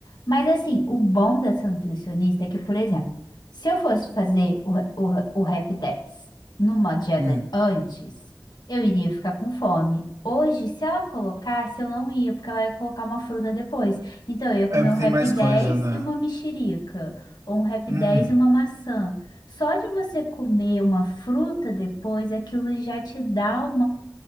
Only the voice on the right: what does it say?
Hum.
É porque
tem mais
coisa, né?
Hum.